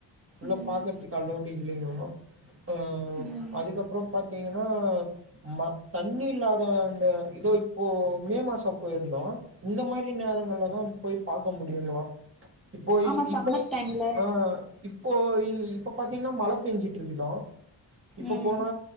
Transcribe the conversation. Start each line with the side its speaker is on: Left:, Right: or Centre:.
Right: உள்ள
Centre: ம்
Right: பாக்கறதுக்கு அளோடு இல்லியா அ
Centre: ம்
Right: அதுக்கப்றோ பாத்தீங்கனா ம தண்ணி இல்லாத இந்த இதோ இப்போ மே மாசோ போயிருந்தோ இந்த மாரி நேரங்கள்ல தா போய் பாக்க முடியுங்களா இப்போ
Centre: ஆமா சம்மர்
Right: இப்பப்
Centre: டைம்ல
Right: ஆ இப்போ இ இப்ப பாத்தீங்னா மழ பெஞ்சிட்ருக்குதா இப்ப
Centre: ம்
Right: போனா